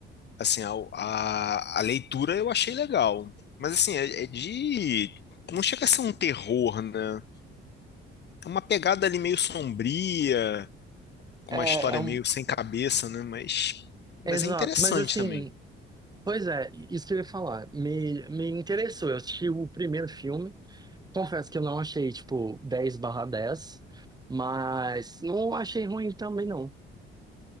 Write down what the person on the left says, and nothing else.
assim, a, a, a leitura eu achei legal. Mas, assim, é, é de. Não chega a ser um terror, né? É uma pegada ali meio sombria, com
uma história
meio sem cabeça, né? Mas, mas
é interessante
também.